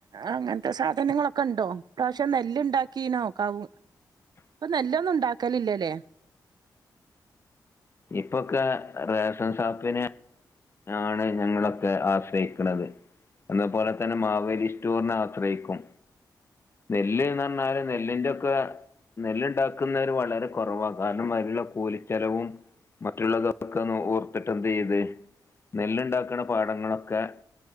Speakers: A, on the right; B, on the left.
A: അങ്ങനത്തെ സാധനങ്ങളൊക്കെ ഉണ്ടോ പ്രാവശ്യ നെല്ലുണ്ടാക്കീനോ കാവ
B: <unintelligible>
A: അപ്പ നല്ലൊന്നും ഉണ്ടാക്കലില്ലല്ലേ
B: ഇപ്പൊക്കെ റേഷൻ ഷാപ്പിന് ആണ് ഞങ്ങളൊക്കെ ആശ്രയിക്കണത് അതുപോലെ തന്നെ മാവേരി സ്‌റ്റോറിനെ ആശ്രയിക്കും നെല്ല്ന്ന് പറഞ്ഞാല് നെല്ലിൻന്റൊക്കെ നെല്ലുണ്ടാക്കുന്നര് വളരെ കുറവാണ് കാരണം അതിലുള്ള കൂലിച്ചെലവും മറ്റുള്ളതൊക്കെ ഒന്ന് ഓർത്തിട്ട് എന്ത് ചെയ്ത് നെലുണ്ടാക്കുന്ന പാടങ്ങളൊക്കെ